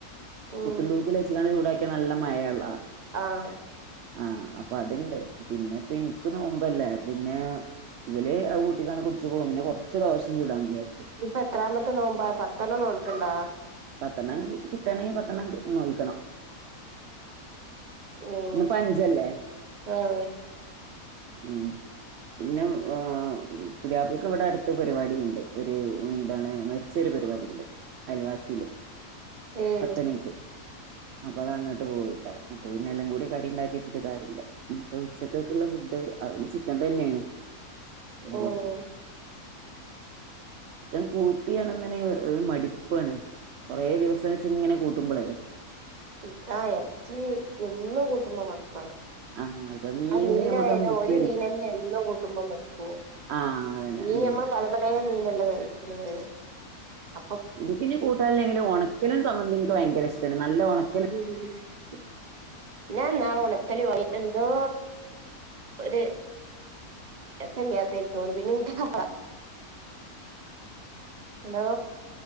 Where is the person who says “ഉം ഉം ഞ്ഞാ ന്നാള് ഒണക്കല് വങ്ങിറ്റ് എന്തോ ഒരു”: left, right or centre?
Right